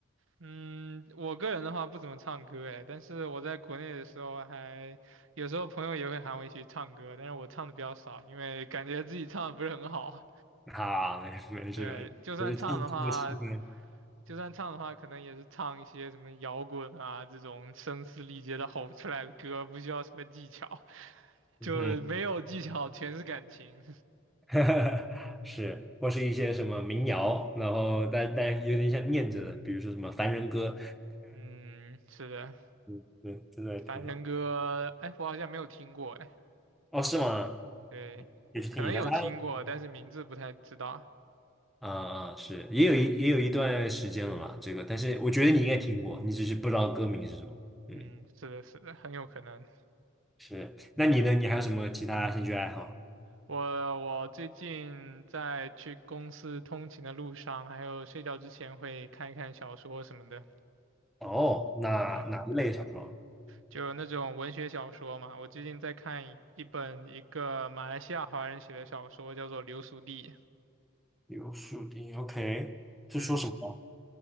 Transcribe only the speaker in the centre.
<laughs> 啊，没没事没事，
我就唱唱个戏呗。
嗯哼。
<laughs> 是，或是一些什么民谣，然后但但有点像念着的，比如说什么《凡人歌》，
<laughs> 对，真的挺好。
哦，是吗？
也去听一下他。
啊啊，是，也有一也有一段时间了嘛，这个，但是我觉得你应该听过，你只是不知道歌名是什么。嗯，
是。那你呢？你还有什么其他兴趣爱好？
哦，哪哪一类小说？
有树林，OK，是说什么？